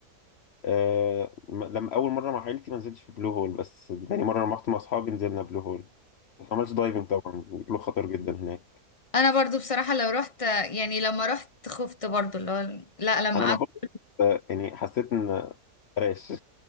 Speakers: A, on the left; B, on the left.
A: أه م- لما اول مره مع عيلتي ما نزلتش في بلو هول بس تاني مره لما رحت مع اصحابي نزلنا بلو هول ما عملتش دايفنج طبعا بيقولوا خطر جدا هناك
B: انا برضو بصراحة لو رحت يعني لما رحت خفت برضو اللي هو لا لما
A: انا
B: قعدت
A: ما خفت آه، يعني حسيت ان بلاش